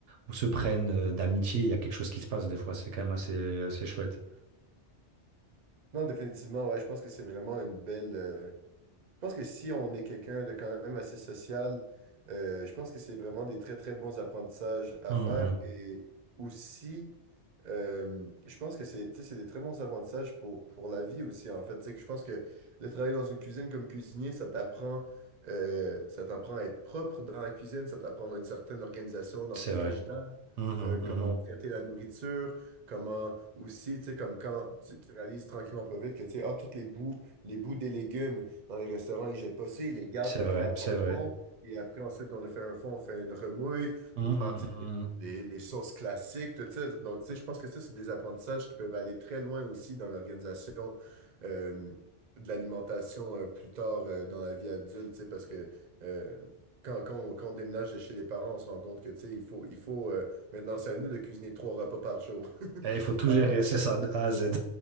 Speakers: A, on the right; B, on the right.
A: ou se prennent euh, d'amitié, il y a quelque chose qui se passe des fois. C'est quand même assez, assez chouette.
B: Non, définitivement, ouais, je pense que c'est vraiment une belle... euh, Je pense que si on est quelqu'un de quand même assez social, euh, je pense que c'est vraiment des très, très bons apprentissages à
A: Mhm.
B: faire. Et aussi, euh, je pense que c'est, tu sais, c'est des très bons apprentissages pour, pour la vie aussi, en fait. Tu sais, que je pense que de travailler dans une cuisine comme cuisinier, ça t'apprend, euh, ça t'apprend à être propre dans la cuisine, ça t'apprend à une certaine organisation dans
A: C'est
B: tes frigidaires
A: vrai. Mhm,
B: euh, comment
A: mhm.
B: traiter la nourriture, comment aussi, tu sais, comme quand tu, tu réalises tranquillement pas vite que, tu sais, ah, toutes les bouts, les bouts des légumes dans les restaurants, ils jettent pas ça, ils les gardent
A: C'est
B: pour
A: vrai,
B: faire
A: c'est
B: un
A: vrai.
B: fond. Et après, ensuite qu'on a fait un fond, on fait une remouille
A: Hum,
B: pour faire,
A: hum,
B: tu
A: hum,
B: sais,
A: hum.
B: les, les sauces classiques, tout ça. Donc, tu sais, je pense que ça, c'est des apprentissages qui peuvent aller très loin aussi dans l'organisation euh, de l'alimentation euh, plus tard euh, dans la vie adulte, tu sais, parce que euh, quand, quand on, quand on déménage de chez les parents, on se rend compte que, tu sais, il faut, il faut euh, Maintenant, c'est à nous de cuisiner trois repas par jour.
A: Eh,
B: <laughs>
A: Il faut tout
B: Alors,
A: gérer, c'est ça, de A à Z.